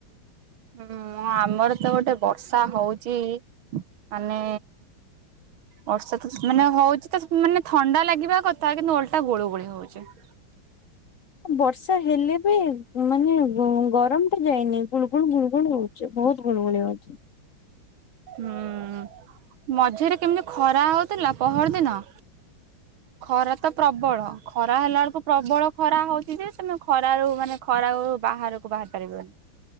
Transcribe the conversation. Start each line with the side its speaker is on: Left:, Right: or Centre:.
Right: <inaudible> ହୁଁ ଆମର ତ ଗୋଟେ ବର୍ଷା ହଉଚି ମାନେ ବର୍ଷା ତ ମାନେ ହଉଚି ତ ମାନେ ଥଣ୍ଡା ଲାଗିବା କଥା କିନ୍ତୁ ଅଲଟା ଗୋଳୁ ଗୋଳି ହଉଚି। ହୁଁ।
Left: ବର୍ଷା ହେଲେ ବି ମାନେ ଗରମ କେତେ ଯାଇନି ଗୁଳ ଗୁଳ ଗୁଳ ଗୁଳ ହଉଚି, ବହୁତ ଗୁଲଗୁଳି ହଉଚି।
Right: ହୁଁ ମଝିରେ କେମିତି ଖରା ହଉଥିଲା ପହର ଦିନ ଖରା ତ ପ୍ରବଳ ଖରା ହେଲା ବେଳକୁ ପ୍ରବଳ ଖରା ହଉଚି ଯେ ତମେ ଖର ର ମାନେ ଖରା ବାହାରକୁ ବାହାରି ପାରିବନି।